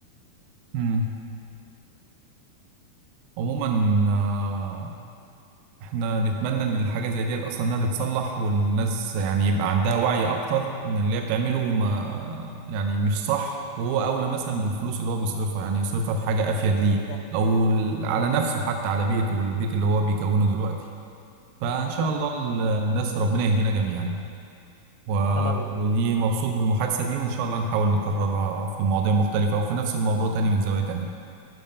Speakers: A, on the right; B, on the left.
A: امم عموما آه، احنا نتمنى ان الحاجة زي دي اصلا انها تتصلح والناس يعني يبقى عندها وعي اكتر ان اللي هي بتعمله ما يعني مش صح وهو اولى مثلا بالفلوس اللي هو بيصرفها يعني يصرفها في حاجة افيد ليه
B: بالظبط
A: او ال-
B: بالظبط.
A: على نفسه حتى على بيته والبيت اللي هو بيكونه دلوقتي فان شاء
B: صح
A: الله ال- الناس ربنا يهدينا جميعا و-
B: اتمنى
A: ودي مبسوط بالمحادثة دي وان شاء الله نحاول نكررها في مواضيع مختلفة او في نفس الموضوع تاني من زاوية تانية